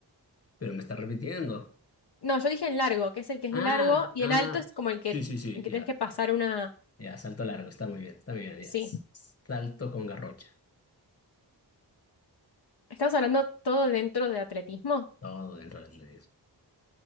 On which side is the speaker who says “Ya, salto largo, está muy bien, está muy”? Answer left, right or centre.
Left